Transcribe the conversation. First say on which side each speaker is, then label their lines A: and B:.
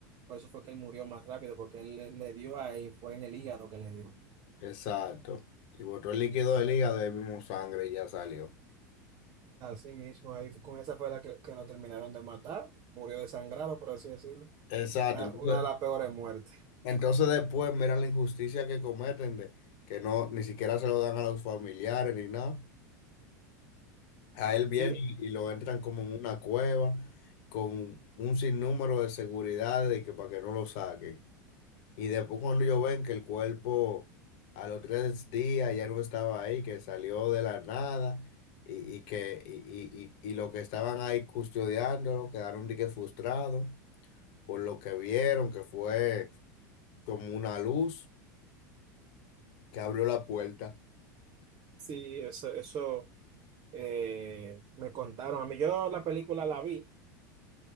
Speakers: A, on the right (about 40°); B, on the left (about 60°).
A: por eso fue que él murió más rápido, porque él le, le dio ahí, fue en el hígado que le dio.
B: exacto. Y botó el líquido del hígado y mismo sangre y ya salió.
A: Así mismo, ahí con esa fue la que, que lo terminaron de matar, murió desangrado, por así decirlo.
B: Exacto.
A: La-
B: Entonces,
A: Una de las peores muertes.
B: Entonces después mira la injusticia que cometen de que no ni siquiera se lo dan a los familiares ni nada. A él viene
A: Sí,
B: y, y lo entran como en una cueva con un sinnúmero de seguridad de que para que no lo saquen. Y después cuando ellos ven que el cuerpo a los tres días ya no estaba ahí, que salió de la nada y, y que y, y, y, y los que estaban ahí custodiándolo quedaron de que frustrados por lo que vieron que fue como una luz que abrió la puerta.
A: sí, eso, eso eh, me contaron. A mí yo la película la vi,